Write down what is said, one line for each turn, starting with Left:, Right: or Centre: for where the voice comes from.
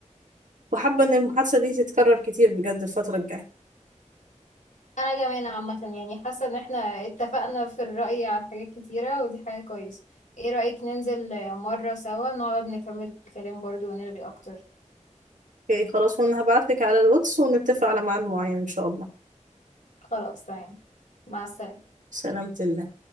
Right: وحابة إن المحادثة دي تتكرر كتير بجد الفترة الجاية
Left: انا كمان عامة يعني حاسة ان احنا اتفقنا في الرأي على حاجات كتيرة ودي حاجة كويسة ايه رأيك ننزل آه، مرة سوا نقعد نكمل الكلام برضو ونرغي اكتر
Right: اوكي خلاص وأنا هبعتلك على الواتس ونتفق على ميعاد معين إن شاء الله
Left: خلاص تمام مع السلامة
Right: سلامة الله